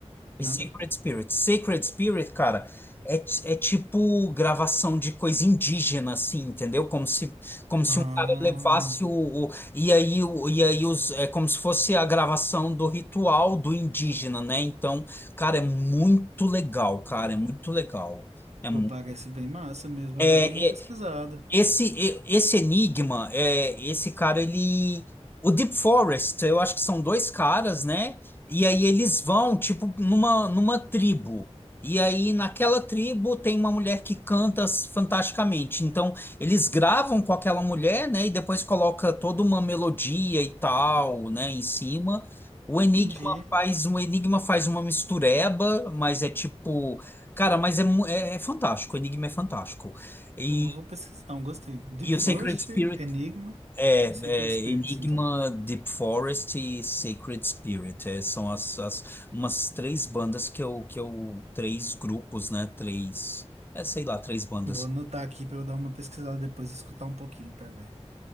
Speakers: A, on the left; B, on the right.
A: E
B: nada.
A: Sacred Spirit. Sacred Spirit, cara, é, ti- é tipo gravação de coisa indígena, assim, entendeu? Como se, como se
B: Ah,
A: um cara levasse o, o- e aí, o- e aí os, é como se fosse a gravação do ritual do indígena, né? Então, cara, é muito legal, cara, é muito legal. É,
B: pô,
A: mu-
B: parece bem massa mesmo.
A: é,
B: Eu vou dar uma pesquisada.
A: é, esse, e- esse Enigma, é, esse cara, ele. O Deep Forest, eu acho que são dois caras, né? E aí eles vão, tipo, numa, numa tribo. E aí naquela tribo tem uma mulher que canta s- fantasticamente. Então eles gravam com aquela mulher, né? E depois coloca toda uma melodia e tal, né? Em cima. O Enigma
B: Entendi.
A: faz, o Enigma faz uma mistureba, mas é tipo. Cara, mas é, mu- é, é fantástico. O Enigma é fantástico. E.
B: Pô, eu vou pesquisar, um gostei. Deep
A: E o
B: Forest,
A: Sacred Spirit
B: Enigma
A: é,
B: e Secret
A: é
B: Spirits,
A: Enigma,
B: então.
A: Deep Forest e Sacred Spirit. é, são as, as umas três bandas que eu, que eu. Três grupos, né? Três. É, sei lá, três bandas.
B: Vou anotar aqui pra eu dar uma pesquisada depois e escutar um pouquinho pra ver.